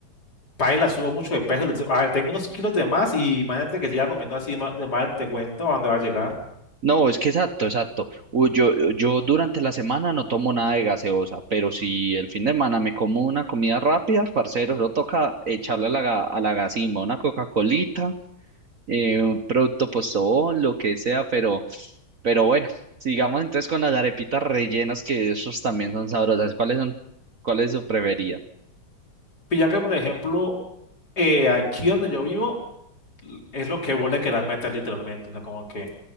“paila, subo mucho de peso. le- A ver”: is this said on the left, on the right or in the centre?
Left